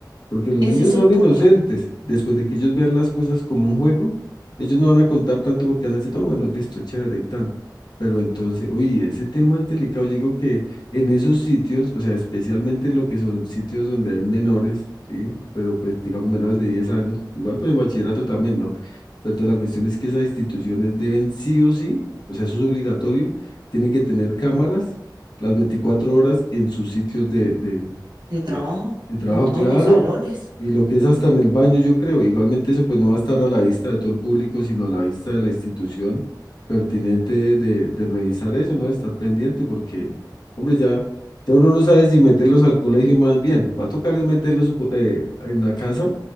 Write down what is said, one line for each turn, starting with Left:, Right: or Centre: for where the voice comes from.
Left: porque los
Right: Ese
Left: niños
Right: es
Left: son
Right: el punto
Left: inocentes. Después de que ellos vean las cosas como un juego, ellos no van a contar tanto porque van a decir, no, bueno, listo, chévere y tan. Pero entonces, oye, ese tema es delicado. Yo digo que en esos sitios, o sea, especialmente en lo que son sitios donde hay menores, ¿sí? Pero pues digamos menores de 10 años, igual pues en bachillerato también, ¿no? Pero entonces la cuestión es que esas instituciones deben sí o sí, o sea, eso es obligatorio, tienen que tener cámaras las 24 horas en sus sitios de, de,
Right: de trabajo
Left: de, de trabajo,
Right: en todos
Left: claro.
Right: los salones.
Left: Y lo que es hasta en el baño, yo creo. Igualmente eso pues no va a estar a la vista de todo el público, sino a la vista de la institución pertinente de, de revisar eso, ¿no? De estar pendiente, porque, hombre, ya, ya uno no sabe si meterlos al colegio más bien. Va a tocar es meterlos eh, en la casa